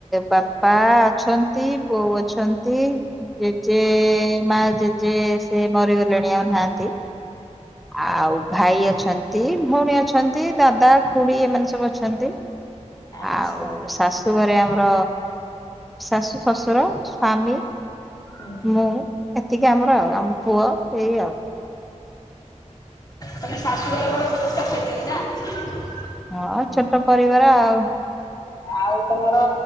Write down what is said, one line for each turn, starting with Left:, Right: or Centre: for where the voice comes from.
Centre: ବାପା ଅଛନ୍ତି। ବୋଉ ଅଛନ୍ତି। ଜେଜେ ମା ଜେଜେ ସେ ମରିଗଲେଣି ଆଉ ନାହାନ୍ତି। ଆଉ ଭାଇ ଅଛନ୍ତି ଭଉଣୀ ଅଛନ୍ତି ଦାଦା ଖୁଡି ଏମାନେ ସବୁ ଅଛନ୍ତି। <inaudible>
Left: ଆ୍ଛା।
Centre: ଆଉ ଶାଶୁ ଘରେ ଆମର ଶାଶୁ ଶ୍ୱଶୁର ସ୍ଵାମୀ।
Left: ହୁଁ
Centre: ମୁଁ ଏତିକି ଆମର ଆଉ ଆମ ପୁଅ ଏଇ ଆଉ
Left: ତମ ଶାଶୁଘର ବଡ଼ ଛୋଟ ଫ୍ୟାମିଲି ନା?
Centre: ହଁ ଛୋଟ ପରିବାର ଆଉ।
Left: ଆଉ ତମର